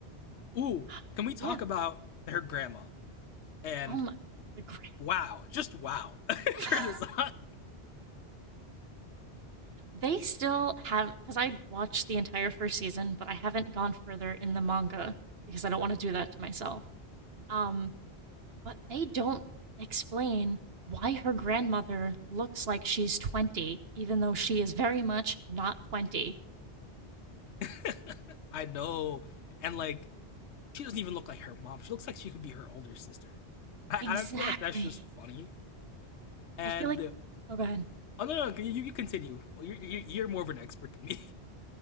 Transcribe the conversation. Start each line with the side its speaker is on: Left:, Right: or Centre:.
Left: Ooh,
Right: <gasps>
Left: can we talk
Right: Yeah.
Left: about her grandma? And
Right: Oh my the grand
Left: wow, just wow, <laughs>
Right: <laughs>
Left: her design.
Right: They still have because I watched the entire first season, but I haven't gone further in the manga because I don't want to do that to myself. Um, but they don't explain why her grandmother looks like she's 20, even though she is very much not 20.
Left: <laughs> I know, and like she doesn't even look like her mom. She looks like she could be her older sister. I,
Right: Exactly.
Left: I feel like that's just funny. And
Right: I feel like, oh, go ahead.
Left: oh no, no, you, you continue. Well, you're you're more of an expert than me.